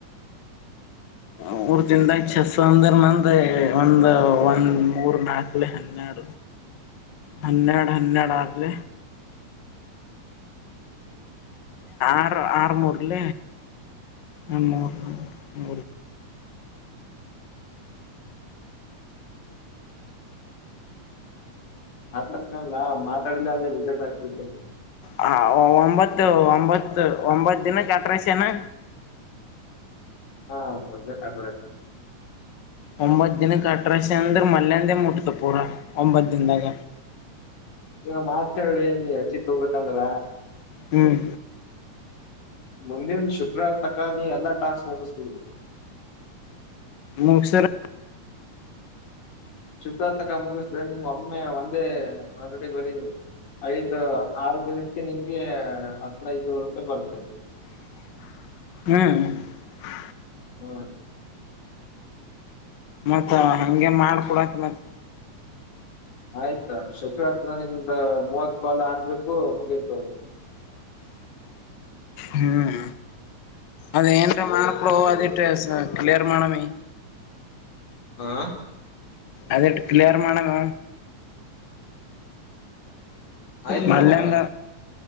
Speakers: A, on the left (about 65°); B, on the left (about 80°).
A: ಹೌ ಮೂಊರ್ ದಿನ ಚಸ್ ಅಂದರ್ ಮಂದ ಒಂದ ಒಂದ್ ಮೂರ್ ನಾಕ್ಲೆ ಹನ್ನೆಾರ ಹನ್ನೆರಡು ಹನ್ನೆಡು ಆಗ್ರ ಆರು ಆರು ಮೂೂರುಲ್ಲ ಹ ಮರ ಮ
B: ಆತಡ್ಕಾ ಮಾತಾಡಿಲ್ಲ ಅಂದ್ರೆ ಉಜಟ ಆಗ್ತತ
A: ಹ ಒಂಬತ್ತು ಒಂಬತ್ತು ಒಂಬತ್ ದಿನ ಕಟ್ರಸನಾ
B: ಹ ಬದ ಬ ಆಗಸ
A: ಒಂಬತ್ ದಿನಕ್ಕೆ ಅಟ್ರಶ ಅಂದ್ರೆ ಮಲ್ಯಂದೇ ಮುಟ್ತು ಪೂರಾ ಒಂಬತ್ ದನ್ದಾಗ
B: ಈಗ ಮಾತ್ ಹೇಳಿ ನೀ ಚಿತ್ ಹೋಗ್ಬೇಕಂದ್ರ
A: ಹ್ಮ್
B: ಮುಂದಿನ ಶುಕ್ರವಾರ ತಕ್ಕ ಎಲ್ಲ ಟಾಸ್ಕ್ ಫೋರ್ಸ್ಗಳು
A: ಮುಕ್ಸರ
B: ಶುಕಾರ್ತಕ ಮುಗಿಸಿದ್ರೆ ನಿಂಗ ಒಮ್ಮೆ ಒಂದೇ ಆಲ್ರೆಡಿ ಬರೀ ಐದು್ ಆರು ದಿನಕ್ಕೆ ನಿಮ್ಗೆ ಹತ್ ಐದನೂರು ರೂಪಾಯಿ ಬರ್ತೇದೆ
A: ಹ್ಮ
B: ಹ್ಮ
A: ಮತ್ತ ಹಗೆ ಮಾಡ್ಕೊಡತ್ ಮತ್ತ
B: ಆಯ್ತಾ ಶುಕರಾತ್ ನಿಮ್ದ ಮೂವತ್ ಕಾಲು ಆಗ್ಬೇಕು ಮುಗೀತ ಹೋದ್ರಿ
A: ಹ್ಮ್ ಅದೇರ ಮಾರ್ಕ್ೋ ಅ ಕ್ಲಿಯರ್ ಮಾಡಣ ಮೇ
B: ಆ
A: ಅದ ಎಡುಕ್ಕಲ ಯರ ಮಾಡಣನೋ
B: ಆಯ್ತ
A: ಮಲ್ಲಂದ
B: ಅಣ್ಣ